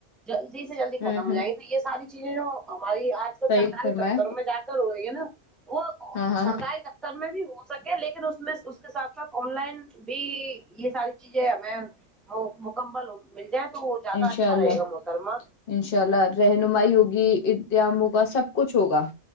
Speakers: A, in the centre; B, on the left.
A: جلدی سے جلدی
B: ہوں
A: ختم
B: ہوں
A: ہو جائیںی تو یہ ساری چیزیں جو ہماری آج کل
B: صحیح
A: سرکاری
B: فرمایا
A: دفتر میں جا ہو رہی ہے نا وہ
B: ہاں ہاں
A: سرکاری دفتر تر میں بھی ہو سکے لیکن اس میں اس کے ساتھ ساتھ آن لائن بی یہ ساری چیزیں ہمیں وه مکمل ہو مل جائے تو وہ جیادہ
B: انشاء
A: اچھا
B: اللہ
A: رہے گا محترمہ
B: انشاء اللہ رہنمائی ہوگی امتحان ہوگا سب کچھ ہوگا